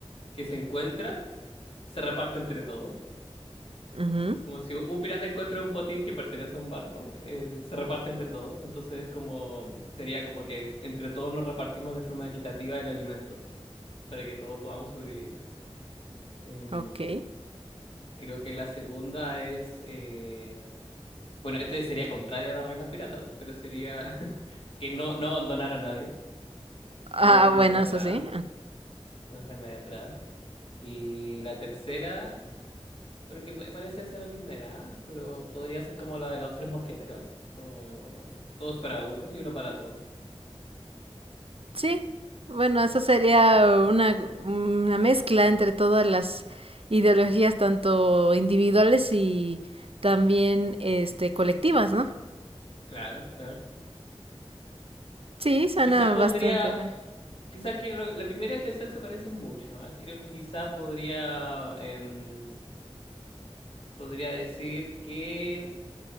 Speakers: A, on the left; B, on the right.
A: que se encuentra se reparte entre todos.
B: Ujú,
A: Como si un pirata encuentra un botín que pertenece a un barco, eh, se reparte entre todos. Entonces es como sería como que entre todos nos repartimos de forma equitativa el alimento para que todos podamos sobrevivir. Em,
B: Ok.
A: creo que la segunda es, eh, bueno, este sería contrario a las reglas piratas, pero sería <laughs> que no, no abandonar a nadie,
B: Ah,
A: no dejar a
B: bueno,
A: nadie atrás.
B: eso sí.
A: voy a dejarla ahí atrás. Y la tercera, bueno, que puede parecerse a la primera, ¿ah? pero podría ser como la de los tres mosqueteros, o todos para uno y uno para todos.
B: Sí, bueno, eso sería una, una mezcla entre todas las ideologías, tanto individuales y también este, colectivas, ¿no?
A: Claro, claro.
B: Sí, suena
A: Quizás pondría,
B: bastante bueno.
A: quizás que lo- la primera y la tercera se parecen mucho, ¿ah? Creo que quizás podría, em, podría decir que